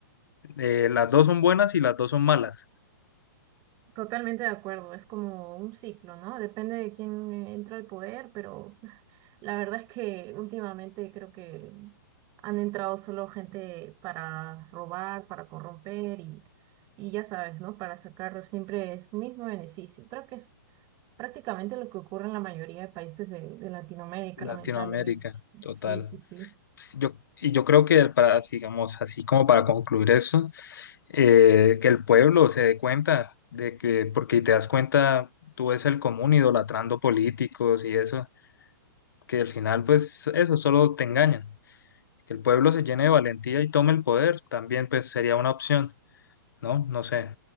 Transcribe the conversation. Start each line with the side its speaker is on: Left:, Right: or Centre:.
Left: eh, las dos son buenas y las dos son malas.
Right: Totalmente de acuerdo, es como un ciclo, ¿no? Depende de quién eh, entra al poder, pero <laughs> la verdad es que últimamente creo que han entrado solo gente para robar, para corromper y, y ya sabes, ¿no? Para sacar siempre su mismo beneficio. Creo que es prácticamente lo que ocurre en la mayoría de países de, de Latinoamérica,
Left: Latinoamérica,
Right: lamentablemente.
Left: total.
Right: Sí, sí, sí.
Left: Yo, y yo creo que para, digamos, así como para concluir eso, eh, que el pueblo se dé cuenta de que, porque te das cuenta, tú ves el común idolatrando políticos y eso que al final pues eso solo te engañan. Que el pueblo se llene de valentía y tome el poder también pues sería una opción, ¿no? No sé.